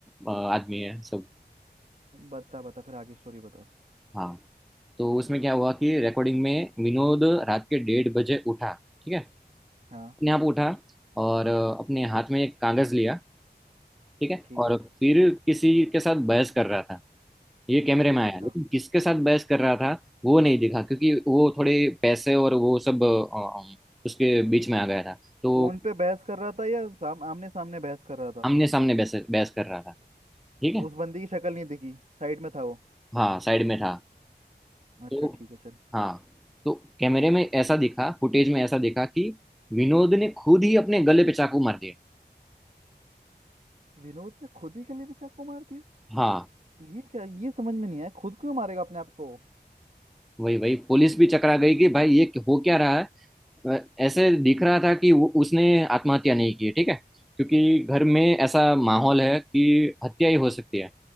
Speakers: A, in the centre; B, on the right (about 40°).
A: अ, आदमी है सब
B: बता बता फिर आगे स्टोरी बता
A: हाँ तो उसमें क्या हुआ कि रिकॉर्डिंग में विनोद रात के डेढ़ बजे उठा ठीक है
B: हाँ
A: अपने आप उठा और अ, अपने हाथ में एक कागज लिया ठीक है
B: ठीक
A: और
B: है
A: फिर किसी के साथ बहस कर रहा था ये कैमरे में
B: अच्छा
A: आया लेकिन किसके साथ बहस कर रहा था वो नहीं दिखा क्योंकि वो थोड़े पैसे और वो सब अ, अ, उसके बीच में आ गया था तो
B: फोन पे बहस कर रहा था या साम, आमने सामने बहस कर रहा था
A: आमने सामने बहस बहस कर रहा था ठीक
B: तो
A: है
B: उस बंदी की शक्ल नहीं दिखी साइड में था वो
A: हाँ साइड में था
B: अच्छा
A: तो
B: ठीक है चल
A: हाँ तो कैमरे में ऐसा दिखा फुटेज में ऐसा दिखा कि विनोद ने खुद ही अपने गले पे चाकू मार दिया
B: विनोद ने खुद ही गले में चाकू मार दिया
A: हाँ
B: ये क्या ये समझ में नहीं आया खुद क्यों मारेगा अपने आप को
A: वही वही पुलिस भी चकरा गई कि भाई ये हो क्या रहा है अ, ऐसे दिख रहा था कि वो उसने आत्महत्या नहीं की ठीक है क्योंकि घर में ऐसा माहौल है कि हत्या ही हो सकती है